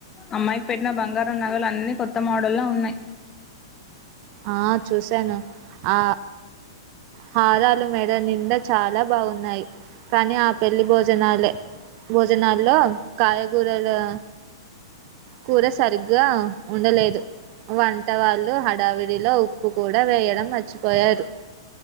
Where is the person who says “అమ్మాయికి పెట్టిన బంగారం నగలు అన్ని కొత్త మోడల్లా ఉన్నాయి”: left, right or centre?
Left